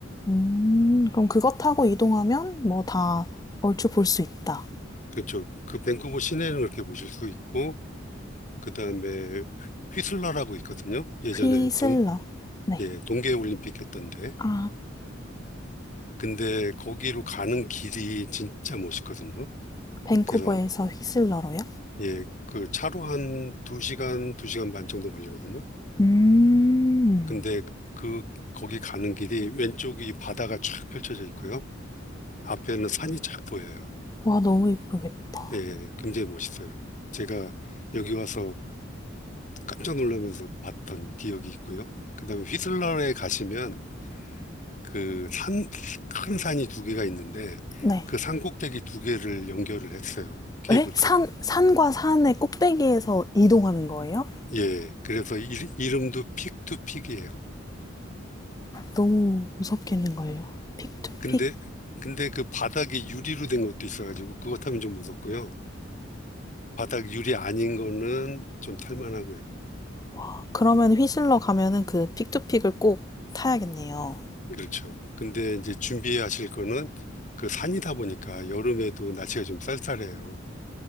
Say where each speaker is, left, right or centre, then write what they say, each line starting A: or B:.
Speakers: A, on the left; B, on the left.
A: 음, 그럼 그것 타고 이동하면 뭐 다 얼추 볼 수 있다.
B: 그쪽 그 밴쿠버 시내는 그렇게 보실 수 있고 그다음에 휘슬러라고 있거든요. 예전에
A: 휘슬러.
B: 동
A: 네.
B: 예, 동계 올림픽 했던데.
A: 아,
B: 근데 거기로 가는 길이 진짜 멋있거든요.
A: 밴쿠버에서
B: 그래서
A: 휘슬러로요?
B: 예, 그 차로 한 두시간두시간반 정도 걸리거든요.
A: 음,
B: 근데 그 거기 가는 길이 왼쪽이 바다가 쫙 펼쳐져 있고요. 앞에는 산이 쫙 보여요.
A: 와, 너무 이쁘겠다.
B: 예, 굉장히 멋있어요. 제가 여기 와서 깜짝 놀라면서 봤던 기억이 있고요. 그다음에 휘슬러에 가시면 그 산, 큰 산이 두 개가 있는데
A: 네.
B: 그 산 꼭대기 두 개를 연결을 했어요. 케이블카로.
A: 에? 산, 산과 산의 꼭대기에서 이동하는 거예요?
B: 예, 그래서 이, 이름도 픽투픽이에요.
A: 너무 무섭겠는걸요. 픽투픽.
B: 근데, 근데 그 바닥이 유리로 된 것도 있어가지고 그것 하면 좀 무섭고요. 바닥 유리 아닌 거는 좀 탈만하고요.
A: 아, 그러면 휘슬러 가면은 그 픽투픽을 꼭 타야겠네요.
B: 그렇죠. 근데 이제 준비하실 거는 그 산이다 보니까 여름에도 날씨가 좀 쌀쌀해요.